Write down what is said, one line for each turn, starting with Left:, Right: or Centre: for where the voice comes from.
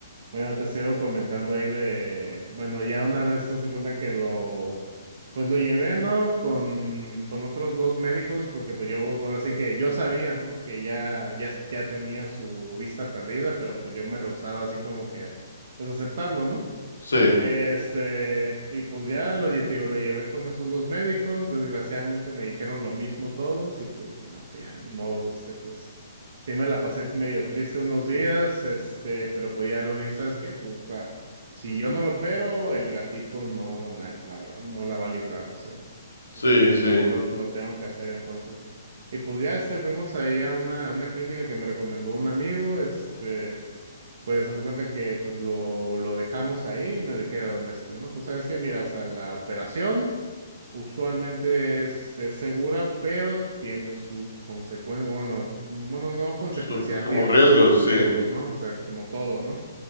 Right: Bueno, te sigo comentando ahí de, bueno, ya una vez te das cuenta que lo, pues lo llevé, ¿no? Con, con otros dos médicos, porque pues yo, ahora sí que yo sabía, ¿no? Que ya, ya, ya tenía su vista perdida, pero pues yo me rehusaba así como que, pues aceptarlo, ¿no?
Left: Sí,
Right: Este, y pues ya lo, lle- te digo, lo llevé con esos dos médicos, desgraciadamente me dijeron lo mismo todos y pues dije, no, pues ya, ni modo, este, pues sí me la pasé medio triste unos días, este, pero pues ya luego dije, ¿sabes qué? Pues, o sea, si yo no lo opero, el gatito no, la, la verdad, no la va a librar, o sea, dije,
Left: sí,
Right: "No, pues,
Left: sí.
Right: lo, lo, lo tengo que hacer entonces. Y pues ya, este, fuimos ahí a una, una clínica que me recomendó un amigo, este... Pues haz de cuenta que pues lo, lo dejamos ahí, me dijeron, este, no, pues sabes que mira, o sea, la operación usualmente es, es segura, pero tiene sus consecuencias, bueno, mm, bueno, no consecuencias,
Left: Su-
Right: riesgos,
Left: como riesgos,
Right: riesgos,
Left: sí,
Right: ¿no? O sea, como todo, ¿no?